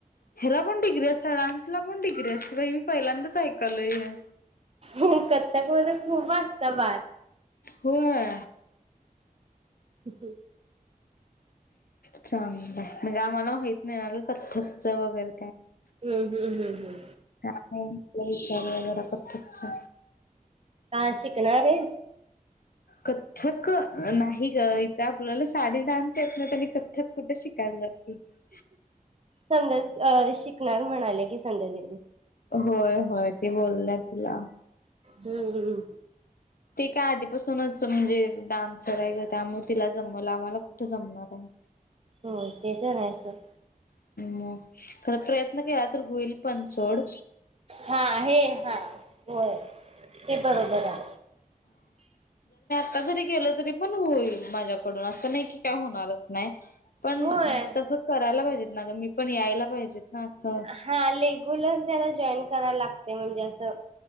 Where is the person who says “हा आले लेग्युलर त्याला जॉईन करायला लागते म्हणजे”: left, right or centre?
Right